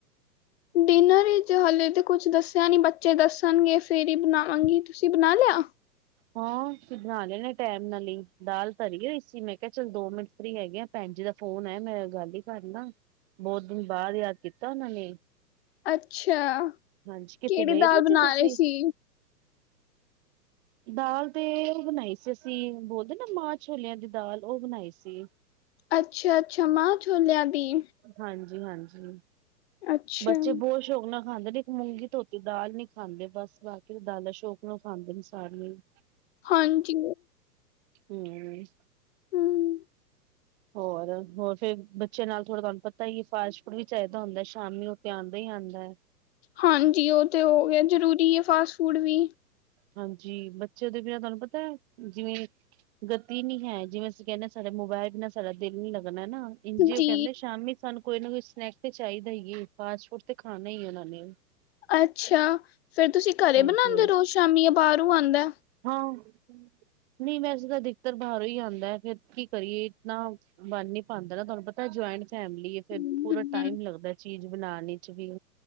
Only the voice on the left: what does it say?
ਡਿਨਰ ਵਿੱਚ ਹਲੇ ਤੇ ਕੁਛ ਦੱਸਿਆ ਨੀ, ਬੱਚੇ ਦੱਸਣਗੇ ਫੇਰ ਹੀ ਬਣਾਵਾਂਗੀ ਤੁਸੀਂ ਬਣਾ ਲਿਆ
ਅੱਛਾ,
ਕਿਹੜੀ
ਦਾਲ
ਬਣਾ
ਰਹੇ ਸੀ?
ਅੱਛਾ-ਅੱਛਾ, ਮਾਹ ਛੋਲਿਆ ਦੀ।
ਅੱਛਾ
ਹਾਂਜੀ।
ਹਮ
ਹਾਂਜੀ, ਉਹ ਤਾਂ ਹੋ ਗਿਆ, ਜ਼ਰੂਰੀ ਏ ਫਾਸਟ ਫੂਡ ਵੀ।
ਜੀ
ਅੱਛਾ, ਫੇਰ ਤੁਸੀਂ ਘਰੇ
ਬਣਾਉਂਦੇ ਰੋਜ਼ ਸ਼ਾਮੀ ਜਾਂ ਬਾਹਰੋਂ ਆਂਦਾ?
ਹਮ